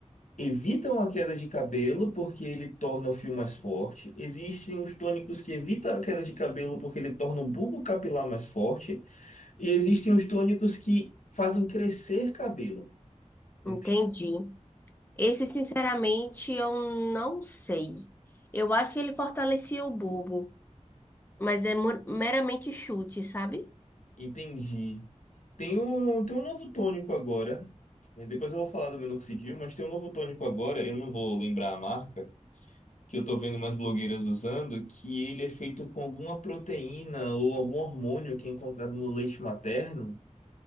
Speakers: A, on the left (about 80°); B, on the left (about 15°).
A: evitam a queda de cabelo porque ele torna o fio mais forte. Existem os tônicos que evitam a queda de cabelo porque ele torna o bulbo capilar mais forte. E existem os tônicos que fazem crescer cabelo. Ente-
B: Entendi. Esse, sinceramente, eu não sei. Eu acho que ele fortalecia o bulbo, mas é mu- meramente chute, sabe?
A: Entendi. Tem um, tem um novo tônico agora. né? Depois eu vou falar do minoxidil, mas tem um novo tônico agora. Eu não vou lembrar a marca que eu tô vendo umas blogueiras usando, que ele é feito com alguma proteína ou algum hormônio que é encontrado no leite materno.